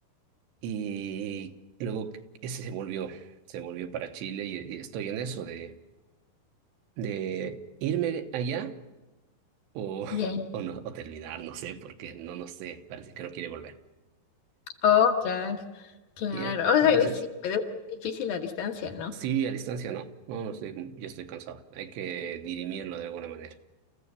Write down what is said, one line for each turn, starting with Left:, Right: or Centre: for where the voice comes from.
Right: y luego ese se volvió, se volvió para Chile y, y estoy en eso de, de irme allá o,
Left: bien.
Right: o, no, o terminar, no sé, porque no, no sé, parece que no quiere volver.
Left: Oh, claro, claro.
Right: Ya,
Left: O sea,
Right: Entonces,
Left: es- sí, pero es difícil la distancia, ¿no?
Right: sí, a distancia no, no, no estoy- yo estoy cansado, hay que dirimirlo de alguna manera.